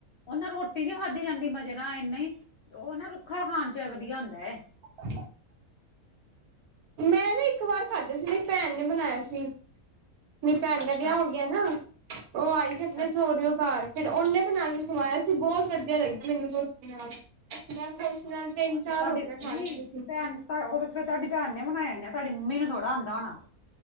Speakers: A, on the left; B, on the right.
A: ਉਹ ਨਾ ਰੋਟੀ ਨੀ ਖਾਧੀ ਜਾਂਦੀ ਮਜ਼ੇ ਨਾਲ ਇਨਾ ਹੀ ਉਹ ਨਾ ਰੁੱਖਾ ਖਾਣ ਚ ਵਧੀਆ ਹੁੰਦਾ ਹੈ।
B: <inaudible> ਮੈਂ ਨਾ ਇੱਕ ਵਾਰ ਖਾਧੇ ਸੀ ਮੇਰੀ ਭੈਣ ਨੇ ਬਣਾਇਆ ਸੀ। ਮੇਰੀ ਭੈਣ
A: ਅੱਛਾ,
B: ਦਾ ਵਿਆਹ ਹੋ ਗਿਆ ਨਾ ਉਹ ਆਈ ਸੀ
A: ਅੱਛਾ,
B: ਆਪਣੇ
A: ਅੱਛਾ,
B: ਸੋ ਰਿਓ ਘਰ। ਫਿਰ ਉਹਨੇ ਬਣਾ ਕੇ ਖਵਾਇਆ ਸੀ ਬਹੁਤ ਵਧੀਆ ਲੱਗੀ ਮੈਨੂੰ ਸੋਚ ਨਾਲ। ਬੈਂਸ ਨਾਲ
A: ਅੱਛਾ
B: ਤਿੰਨ
A: ਤੇ
B: ਚਾਰ
A: ਤੁਹਾਡੀ
B: ਹੋ ਗਿਆ ਸਾਲ
A: ਨਹੀਂ
B: ਸੀ।
A: ਭੈਣ ਤਾਂ ਉਹ ਫਿਰ ਤੁਹਾਡੀ ਭੈਣ ਨੇ ਬਣਾਇਆ ਸੀ ਤੁਹਾਡੀ ਮੰਮੀ ਨੂੰ ਥੋੜਾ ਆਉਂਦਾ ਹੋਣਾ।